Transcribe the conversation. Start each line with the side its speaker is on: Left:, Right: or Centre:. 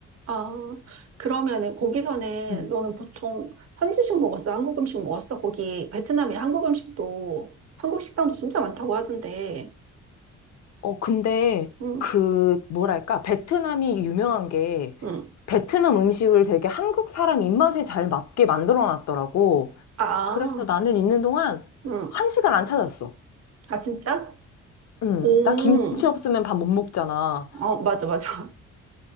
Right: 아, 그러면은 거기서는
Left: 음.
Right: 너는 보통 현지식 먹었어? 한국 음식 먹었어? 거기 베트남에 한국 음식도, 한국 식당도 진짜 많다고 하던데.
Left: 어, 근데
Right: 음,
Left: 그, 뭐랄까, 베트남이 유명한 게,
Right: 음.
Left: 베트남 음식을 되게 한국 사람 입맛에 잘 맞게 만들어 놨더라고.
Right: 아,
Left: 그래서 나는 있는 동안
Right: 음.
Left: 한식을 안 찾았어.
Right: 아, 진짜?
Left: 응,
Right: 오,
Left: 나 김치 없으면 밥 못 먹잖아.
Right: 어, 맞아, 맞아. <laughs>